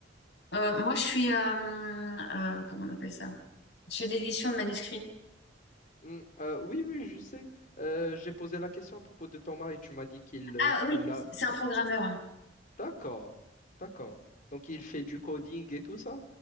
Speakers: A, on the left; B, on the left.
A: euh, moi, je suis, euh, euh, comment on appelle ça? Je fais de l'édition de manuscrits.
B: Hmm, euh, oui, oui, je sais. Euh, j'ai posé la question à propos de ton mari. Tu m'as dit qu'il euh,
A: Ah
B: qu'il
A: oui,
B: a...
A: c'est un programmeur. hein.
B: D'accord, d'accord. Donc, il fait du coding et tout ça?